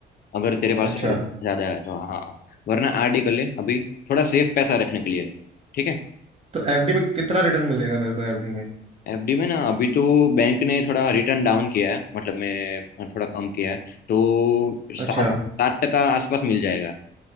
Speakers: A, on the left; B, on the right.
A: अगर तेरे पास
B: अच्छा
A: ज्यादा है तो हाँ वरना आरडी कर ले अभी थोड़ा सेफ पैसा रखने के लिए ठीक है
B: तो एफडी में कितना रिटर्न मिलेगा मेरे को एफडी में
A: एफडी में ना अभी तो बैंक ने थोड़ा रिटर्न डाउन किया है मतलब मैं थोड़ा कम किया है तो
B: अच्छा
A: सात सात टका आसपास मिल जाएगा